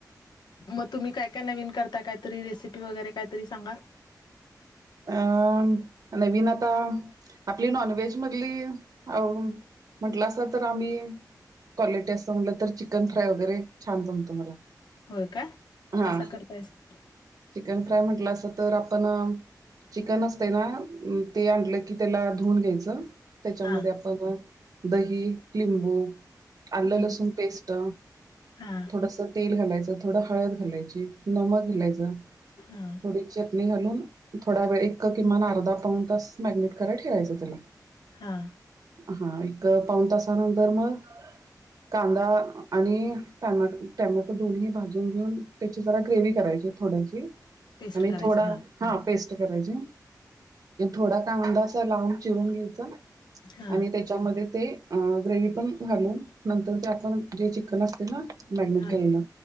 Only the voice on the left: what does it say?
मग तुम्ही काय काय नवीन करता कायतरी रेसिपी वगैरे कायतरी सांगा?
होय का.
कस करतायसा?
हा
हम्म
हा
हा
हा. हा.
पेस्ट
करायची
हा
हा